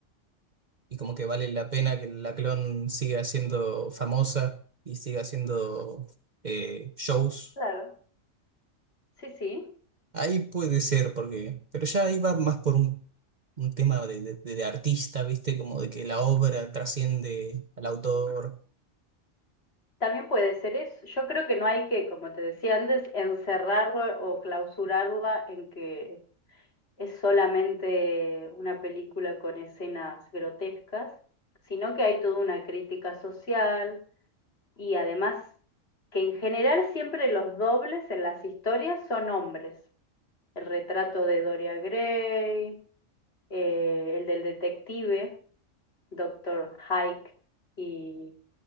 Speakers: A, on the right; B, on the left.
A: y como que vale la pena que la clon siga siendo famosa y siga haciendo eh, shows.
B: Claro, sí, sí.
A: Ahí puede ser, porque, pero ya ahí va más por un, un tema de, de- de- artista, ¿viste? Como de que la obra trasciende al autor.
B: También puede ser eso. Yo creo que no hay que, como te decía antes, encerrarlo o clausurarla en que es solamente una película con escenas grotescas, sino que hay toda una crítica social y además que en general siempre los dobles en las historias son hombres. El retrato de Doria Gray, eh, el del detective, Doctor Hike y